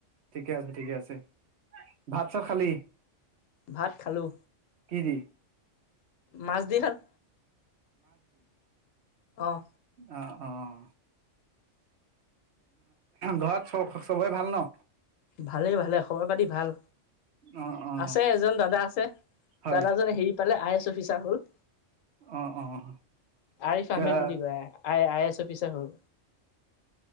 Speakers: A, on the right (about 65°); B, on the left (about 85°).
A: ঠিকেই আছে ঠিকেই আছে। ভাত চাত খালি।
B: ভাত খালো
A: কি দি
B: মাছ দি খালো। অঁ
A: অঁ অঁ ঘৰত চব চবৰে ভাল ন।
B: ভালে ভালে খবৰ পাতি ভাল
A: অ অ
B: আছে এজন দাদা আছে
A: হয়
B: দাদাজনে হেৰি পালে আই এছ। অফিচাৰ হ'ল।
A: অ অ এ
B: আৰিফ
A: কা
B: আহমেদ বুলি কয় আই আই এছ অফিচাৰ হল।